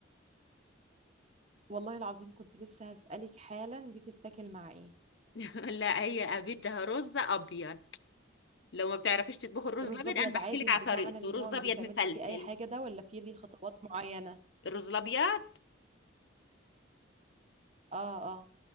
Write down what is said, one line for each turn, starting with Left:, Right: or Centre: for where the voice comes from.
Right: والله العظيم كنت لسه هسألك حالا دي تتاكل مع ايه
Left: <laughs> لا هي بدها رز ابيض لو ما بتعرفيش تطبخي الرز
Right: رز
Left: الابيض
Right: ابيض
Left: انا بحكي
Right: عادي
Left: لك
Right: اللي
Left: على
Right: بتاعنا
Left: طريقته
Right: اللي
Left: رز
Right: هو ما
Left: ابيض
Right: بيتعملش
Left: مفلفل
Right: فيه اي حاجه ده ولا فيه ليه خطوات معينه
Left: الرز الابيض
Right: اه اه